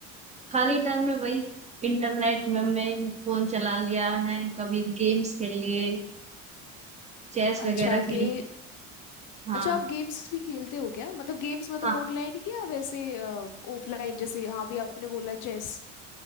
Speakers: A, on the right; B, on the left.
A: खाली टाइम में वही इंटरनेट में मैं फोन चला लिया है कभी गेम्स खेल लिए चेस
B: अच्छा
A: वगैरह खेल
B: गे
A: लिए हाँ
B: अच्छा आप गेम्स भी खेलते हो क्या मतलब गेम्स मतलब
A: हाँ
B: ऑनलाइन या वैसे ऑफलाइन जैसे हाँ भी आपने बोला चेस